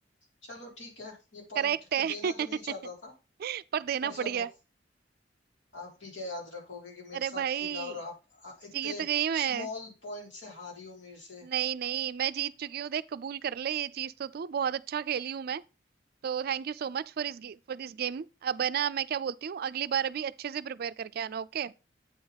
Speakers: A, on the left; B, on the right.
A: चलो ठीक है ये पॉइंट
B: करेक्ट है
A: मैं देना तो नहीं चाहता था
B: <laughs> पर देना
A: पर चलो
B: पड़ गया
A: आप भी क्या याद रखोगे कि मेरे
B: अरे
A: साथ
B: भाई
A: खेला और आप आ, इतने
B: जीत गई मैं
A: स्मॉल पॉइंट से हारी हो मेरे से
B: नहीं नहीं मैं जीत चुकी हूँ देख कबूल कर ले ये चीज तो तू बहुत अच्छा खेली हूँ मैं तो thank you so much for इस फॉर दिस गेम अब है ना मैं क्या बोलती हूँ अगली बार अभी अच्छे से प्रिपेयर करके आना ओके